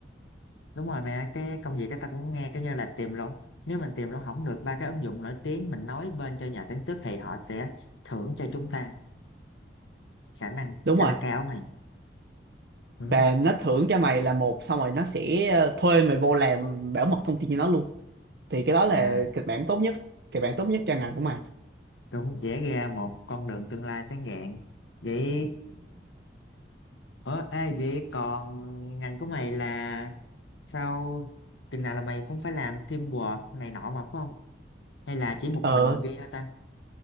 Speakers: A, on the left; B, on the right.
A: đúng rồi mẹ cái công việc đó ta cũng nghe cái như là tìm luôn nếu mình tìm luôn không được ba cái ứng dụng nổi tiếng mình nói bên cho nhà sản xuất thì họ sẽ thưởng cho chúng ta khả năng
B: đúng
A: khá
B: rồi
A: là cao này ừ.
B: và nó thưởng cho mày là một xong rồi nó sẽ ờ, thuê mày vô làm bảo mật thông tin cho nó luôn thì cái đó là
A: à
B: kịch bản tốt nhất kịch bản tốt nhất cho ngành của mày
A: cũng vẽ ra một con đường tương lai sáng rạng vậy ủa ê vậy còn ngành của mày là sau chừng nào là mày cũng phải làm teamwork này nọ mà phải không hay là chỉ một
B: Ờ
A: mình mình ghi thôi ta